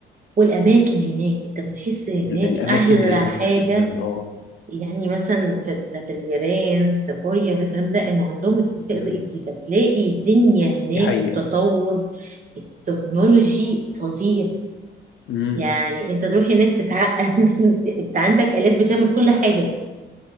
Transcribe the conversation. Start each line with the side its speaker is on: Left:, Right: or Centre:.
Right: والاماكن هناك انت بتحس هناك
Left: ال- الاماكن
Right: احلى
Left: لذيذه
Right: حاجة
Left: جدا اه
Right: يعني مثلا في, في اليابان في كوريا في الكلام ده انه عندهم اتفاق
Left: أمم،
Right: زي التيفا تلاقي الدنيا هناك
Left: دي حقيقه
Right: التطور التكنولوجي فظيع
Left: امم
Right: يعني انت تروح هناك تتعقد <laughs> انت عندك آلات بتعمل كل حاجة